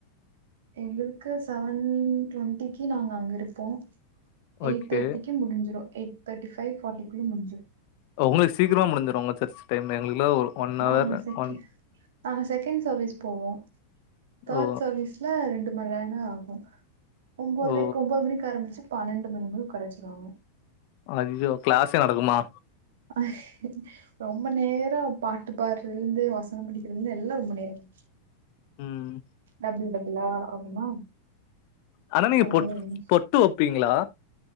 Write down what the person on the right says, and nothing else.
எங்களுக்கு செவன் டுவெண்ட்டிக்கு நாங்க அங்க இருப்போ
எயிட் தேர்டிக்கு முடிஞ்சிடு எயிட் தேட்டி ஃபைவ் ஃபாட்டிக்குள்ள முடிஞ்சிரு
நாங்க செக்கே
நாங்க செகண்ட் சர்வீஸ் போவோ தேர்ட்
சர்வீஸ் ல்ல ரெண்டு மரேரோ தாஆக ஒன்பதுரைக்கு
ஒன்பது மணிக்கு ஆரம்பிச்சு பன்னெண்டு மணி வரையு உக்கார வச்சுருச்சாங்க
அஹ ரொம்ப நேரோ பாட்டு பாடுறதுல இருந்து வசனம் படிக்கிறதுல இருந்து எல்லா ரொம்ப நேரோ தா
<unintelligible> பட்டுலா ஆகுமா
அதனால
வந்து-